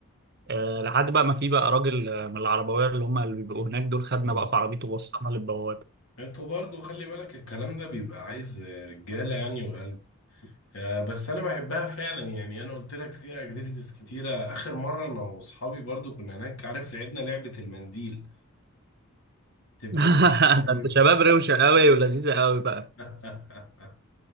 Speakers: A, on the right (about 45°); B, on the left (about 70°).
A: آه، لحد بقى ما في بقى راجل آه، من العربويه اللي هم اللي بيبقوا هناك دول خدنا
B: مم.
A: بقى في عربيته ووصلنا للبوابه
B: انتوا برضو خلي بالك الكلام ده بيبقى عايز رجاله يعني وقلب آه، بس انا بحبها فعلا يعني انا قلت لك فيها اكتيفيتيز كتيره اخر مره انا واصحابي برضو كنا هناك عارف لعبنا لعبه المنديل تبقى
A: <laughs>
B: لذيذه قوي
A: ده انت شباب روشه قوي ولذيذه قوي بقى
B: <laughs>